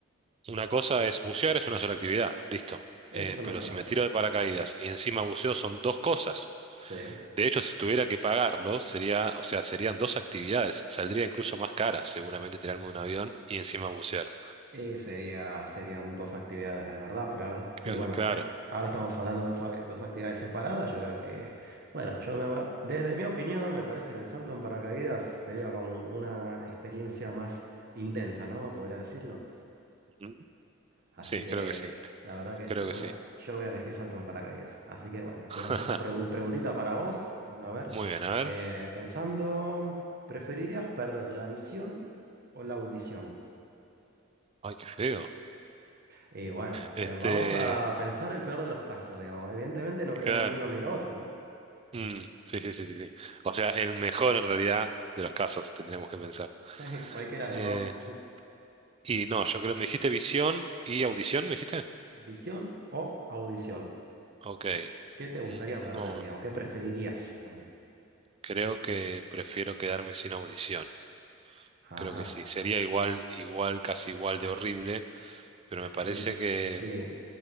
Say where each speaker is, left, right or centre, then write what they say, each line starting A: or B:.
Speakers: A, on the right (about 25°); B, on the right (about 45°).
A: una cosa es bucear, es una sola actividad, listo.
B: Es
A: Eh,
B: una
A: pero
B: sola
A: si
B: actividad.
A: me tiro de paracaídas y encima buceo son dos cosas.
B: Sí.
A: De hecho, si tuviera que pagarlo, sería, o sea, serían dos actividades. Saldría incluso más cara, seguramente tirarme de un avión y encima bucear.
B: Y sería, serían dos actividades de verdad, pero ahora sí,
A: Cl-
B: bueno,
A: claro.
B: eh, ahora estamos hablando de dos, a- dos actividades separadas. Yo creo que, bueno, yo me, va- desde mi opinión me parece que el salto en paracaídas sería como una experiencia más intensa, ¿no? Podría decirlo.
A: Ujú.
B: Así
A: Sí,
B: que
A: creo que sí.
B: la verdad que
A: Creo
B: sí. Bueno,
A: que sí.
B: yo voy a elegir salto en paracaídas. Así que bueno,
A: <laughs>
B: te voy a hacer una pregu- preguntita para vos. A ver,
A: Muy bien, a ver.
B: eh, pensando, ¿preferirías perder la visión o la audición?
A: Ay, qué feo.
B: Y bueno,
A: Este,
B: eh, vamos a pensar el peor de los casos, digamos. Evidentemente no queremos
A: claro.
B: ni uno ni lo otro, ¿no?
A: Mm, sí, sí, sí, sí, sí. O sea, el mejor en realidad de los casos, tendríamos que pensar.
B: <laughs> Cualquiera de
A: Eh,
B: los dos, <laughs>
A: y no, yo creo, me dijiste visión y audición, ¿me dijiste?
B: visión o audición.
A: Ok.
B: ¿Qué te gustaría
A: Mm,
B: perder,
A: No,
B: digamos? ¿Qué preferirías perder?
A: creo que prefiero quedarme sin audición.
B: Ajá.
A: Creo que sí. Sería igual, igual, casi igual de horrible, pero me parece
B: Eh, sí.
A: que